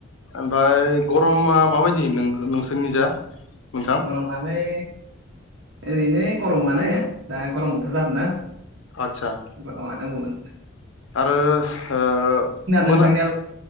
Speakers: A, on the left (about 65°); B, on the right (about 55°).
A: ओमफ्राय गरमा माबायदि नों नोंसोरनिजा नोंथां?
B: गरमालाय ओरैनो गरमानो दा गरम बोथोर जादों ना।
A: आतसा
B: मानो बन
A: आरो ओ मोना
B: नोंथांनियालाय